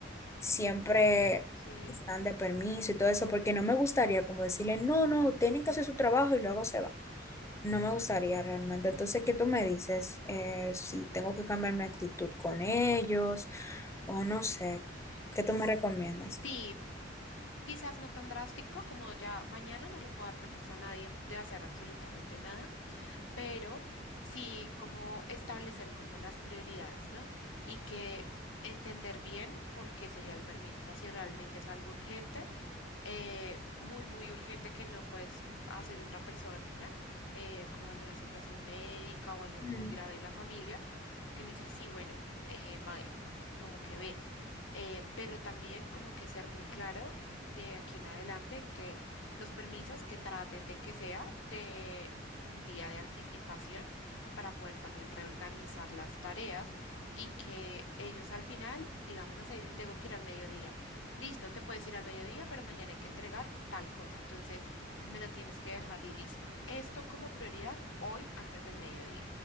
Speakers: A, on the left; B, on the left.
A: siempre
B: Sí.
A: están de permiso y todo eso, porque no me gustaría como decirle, no, no, tienen que hacer su trabajo y luego se van. No me gustaría realmente. Entonces, ¿qué tú me dices? Eh, si tengo que cambiar mi actitud con ellos o no sé, ¿qué tú
B: S-
A: me recomiendas?
B: Sí, quizás no tan drástico como ya mañana no les voy a dar permiso a nadie de hacer absolutamente nada. pero sí como establecer como las prioridades, ¿no? Y que entender bien por qué sería el permiso, o sea, si realmente es algo urgente, eh, muy, muy urgente que no puedes hacer otra persona, eh, como alguna situación médica o algo
A: Mm.
B: muy grave en la familia, que uno dice, sí, bueno, eh, ma- como que ve eh, pero también como que ser muy claro de aquí en adelante en que los permisos que traten de que sea de un día de anticipación para poder también reorganizar las tareas y que ellos al final, digamos, no sé, yo me tengo que ir al mediodía. Listo, te puedes ir al mediodía, pero mañana hay que entregar tal cosa. Entonces, me lo tienes que dejar listo. Esto como prioridad hoy antes del mediodía.